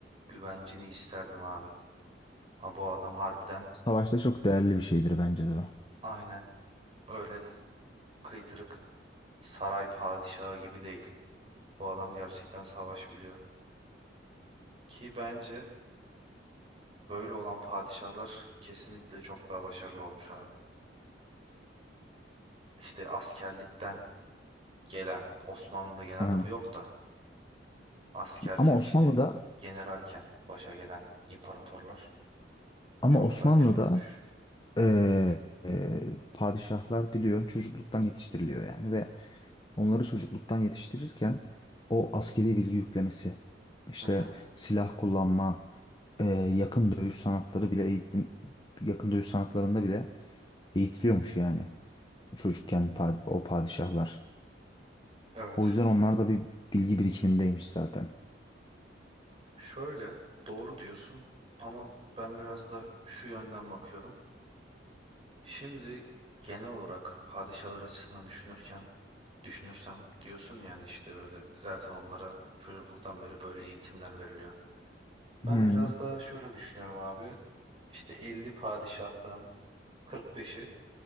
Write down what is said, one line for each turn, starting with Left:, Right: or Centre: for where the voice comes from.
Right: güvencini isterdim abi. Ha bu adam harbiden
Left: Savaşta çok değerli bir şeydir bence de o.
Right: aynen öyle kıytırık saray padişahı gibi değil. Bu adam gerçekten savaş biliyor. Ki bence Böyle olan padişahlar kesinlikle çok daha başarılı olmuş abi. İşte askerlikten gelen, Osmanlı'da genelde
Left: Hı hı.
Right: bu yok da askerken
Left: Ama
Right: işte
Left: Osmanlı'da
Right: generalken başa gelen imparatorlar
Left: ama
Right: çok
Left: Osmanlı'da
Right: daha güçlü olmuş.
Left: Ee, e, padişahlar biliyorsun çocukluktan yetiştiriliyor yani ve onları çocukluktan yetiştirirken o askeri bilgi yüklemesi, işte
Right: Hı hı.
Left: silah kullanma, e, yakın dövüş sanatları bile eğitim, yakın dövüş sanatlarında bile eğitiliyormuş yani çocukken pa- o padişahlar.
Right: Evet.
Left: O yüzden onlar da bir bilgi birikimindeymiş zaten.
Right: Şöyle doğru diyorsun ama ben biraz da şu yönden bakıyorum. Şimdi genel olarak padişahlar açısından düşünürken düşünürsem diyorsun yani işte böyle zaten onlara çocukluktan beri böyle eğitimler veriliyor. Ben
Left: Hı
Right: biraz daha şöyle düşünüyorum abi. İşte 50 padişahtan 45'i